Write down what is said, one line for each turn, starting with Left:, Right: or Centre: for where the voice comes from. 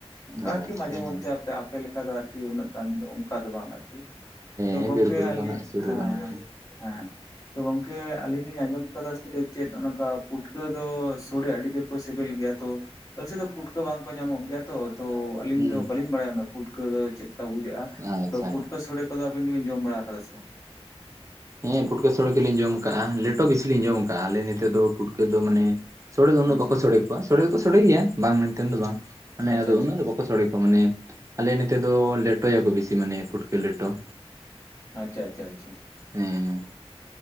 Left: ᱚᱱᱠᱟ
Right: ᱦᱩᱸ
Left: ᱟᱨᱠᱤ
Right: ᱟᱪᱪᱷᱟ
Left: ᱢᱟᱡᱷᱮ ᱢᱚᱫᱫᱷᱮ
Right: ᱦᱮᱸ
Left: ᱟᱯᱮ ᱟᱯᱮᱞᱮᱠᱟ ᱫᱚ ᱟᱨᱠᱤ ᱩᱱᱟᱹᱜ ᱜᱟᱱ ᱫᱚ ᱚᱱᱠᱟ ᱫᱚ ᱵᱟᱝ ᱟᱨᱠᱤ ᱾ ᱛᱳ
Right: ᱦᱮᱸ
Left: ᱜᱚᱝᱠᱮ
Right: ᱵᱤᱨ ᱵᱩᱨᱩ
Left: ᱟᱞᱤ
Right: ᱠᱚ ᱱᱟᱜ ᱥᱩᱨ
Left: ᱦᱮᱸ
Right: ᱨᱮ ᱵᱟᱹᱱᱩᱜ ᱠᱷᱟᱱ
Left: ᱦᱮᱸ ᱦᱮᱸ᱾ ᱛᱳ ᱜᱚᱝᱠᱮ ᱟᱞᱤᱧ ᱞᱤᱧ ᱟᱸᱡᱚᱢ ᱠᱟᱫᱟ ᱥᱮ ᱪᱮᱫ ᱚᱱᱠᱟ ᱯᱩᱴᱠᱟᱹ ᱫᱚ ᱥᱳᱲᱮ ᱟᱹᱰᱤ ᱡᱳᱨ ᱠᱳ ᱥᱮᱵᱮᱞ ᱜᱮᱭᱟ ᱛᱳ ᱟᱹᱥᱮᱫ ᱫᱚ ᱯᱩᱴᱠᱟᱹ ᱵᱟᱝᱠᱚ ᱧᱟᱢᱚᱜ ᱜᱮᱭᱟ ᱾ ᱛᱚ ᱛᱚ ᱟᱞᱤᱧ
Right: ᱦᱩᱸ
Left: ᱫᱚ ᱵᱟᱞᱤᱧ ᱵᱟᱲᱟᱭᱟ ᱩᱱᱟᱹᱜ ᱯᱩᱴᱠᱟᱹ ᱫᱚ ᱪᱮᱫᱠᱟ ᱵᱩᱡᱟᱹᱜᱼᱟ,
Right: ᱟᱪᱪᱷᱟ
Left: ᱛᱳ ᱯᱩᱴᱠᱟᱹ ᱥᱳᱲᱮ ᱛᱚ ᱫᱚ ᱟᱵᱤᱱ ᱫᱚᱵᱤᱧ ᱡᱚᱢ ᱵᱟᱲᱟ ᱟᱠᱟᱫᱟ ᱥᱮ ᱵᱟᱝ?
Right: ᱦᱮᱸ ᱯᱩᱴᱠᱟᱹ ᱥᱳᱲᱮ ᱠᱚᱞᱤᱧ ᱡᱚᱢ ᱠᱟᱜᱼᱟ᱾ ᱞᱮᱴᱚ ᱵᱮᱥᱤ ᱞᱤᱧ ᱡᱚᱢ ᱟᱠᱟᱜᱼᱟ ᱟᱞᱮ ᱱᱮᱛᱮ ᱫᱚ ᱯᱷᱩᱴᱠᱟᱹ ᱫᱚ ᱢᱟᱱᱮ ᱥᱳᱲᱮ ᱫᱚ ᱩᱱᱟᱹᱜ
Left: ᱟᱪᱪᱷᱟ
Right: ᱵᱟᱠᱚ ᱥᱳᱲᱮ ᱠᱚᱣᱟ, ᱥᱳᱲᱮ ᱫᱚᱠᱚ ᱥᱳᱲᱮ ᱜᱮᱭᱟ ᱵᱟᱝ ᱢᱮᱱᱛᱮ ᱫᱚ ᱵᱟᱝ ᱢᱟᱱᱮ
Left: ᱟᱪᱪᱷᱟ
Right: ᱟᱫᱚ
Left: ᱟᱪᱪᱷᱟ
Right: ᱩᱱᱟᱹᱜ ᱫᱚ ᱵᱟᱠ ᱠᱚ ᱥᱳᱲᱮ ᱠᱚᱣᱟ ᱢᱟᱱᱮ ᱟᱞᱮ ᱱᱮᱛᱮ ᱫᱚ ᱞᱮᱴᱚᱭᱟᱠᱚ ᱵᱮᱥᱤ ᱢᱟᱱᱮ ᱯᱩᱴᱠᱟᱹ ᱞᱮᱴᱚ ᱾
Left: ᱟᱪᱪᱷᱟ ᱟᱪᱪᱷᱟ ᱟᱪᱪᱷᱟ ᱾
Right: ᱦᱮᱸ ᱦᱮᱸ